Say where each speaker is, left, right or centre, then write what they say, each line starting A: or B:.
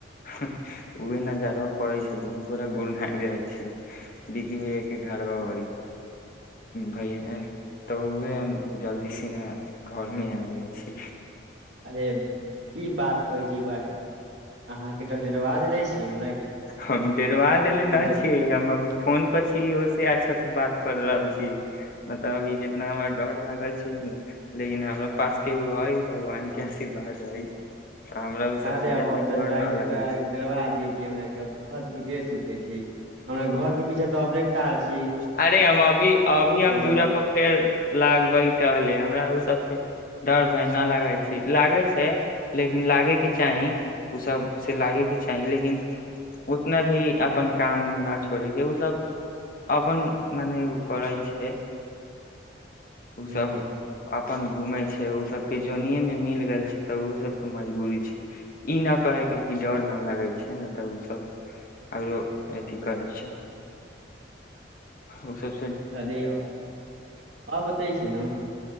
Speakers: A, on the left; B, on the right.
A: उहे नजरवा पड़ै छै दुनू गोड़ गुड़ना जाइ छै बिकी भैया के घड़बा ओरी भैया तऽ उहे हम जल्दी सिना घर मे आ गेल छी
B: अरे की बात कहै छी भाय अहाँके तऽ डेरबा दैलै छी हमरा
A: हम डेरबा देले न
B: हम तऽ
A: छियै हम अभी फोन पर छी ओसे अच्छा से बात कर रहल छी नयित अभी जितना हमरा डर लागल छी ने लेकिन हमरा पास के ओ हइ भगवान के आशीर्वाद हइ तऽ हमरा ओ सबस
B: आरे
A: ज्यादा
B: अब हम तऽ
A: डर
B: जाइ
A: न
B: छी
A: लागे
B: वएह
A: छै
B: के डेरबा जाइ छी हमरा <unintelligible> हमरा घरके पीछा तऽ अपने ताज
A: अरे हम अभी अभी हम दूरा
B: छै
A: पर फेर लागबै टहले हमरा ओ सबसे डर भय न लागै छै लागै छै लेकिन लागे के चाही ओ सब से लागे के चाही लेकिन उतना भी अपन काम उम न छोड़ेके ओसब अपन मने ओ करै छै ओ
B: हूँ
A: सब अपन घूमै ओ सब जोनीये मे मिलगैल छै तऽ ओ सबके मजबूरी छै ई नहि कहैके डर नहि लागै छै नहि तऽ उ सब आरो अथि करै छै ओ सब
B: अरे आ बतै छी ना